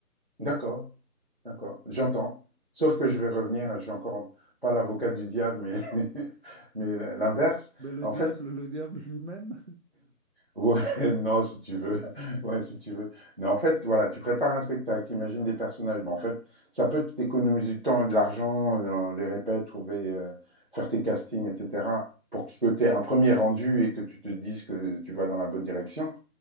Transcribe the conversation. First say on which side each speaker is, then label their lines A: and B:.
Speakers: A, on the right; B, on the right.
A: D'accord, d'accord, j'entends. Sauf que je vais revenir, je suis encore pas l'avocat du diable, mais <laughs> mais l'inverse.
B: Mais le
A: En
B: diable,
A: fait
B: le diable <laughs> lui-même.
A: ouais, <laughs> non, si tu veux. <laughs> Ouais, si tu veux. Mais en fait, voilà, tu prépares un spectacle, tu imagines des personnages, mais en fait, ça peut t'économiser du temps et de l'argent dans les répètes, trouver, heu, faire tes castings et cetera, pour que tu aies un premier rendu et que tu te dises que tu vas dans la bonne direction.